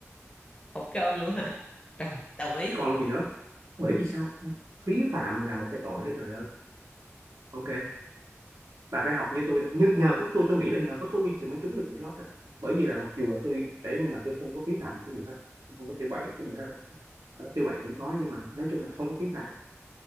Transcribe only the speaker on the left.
hộp cơm luôn hả rồi đồng ý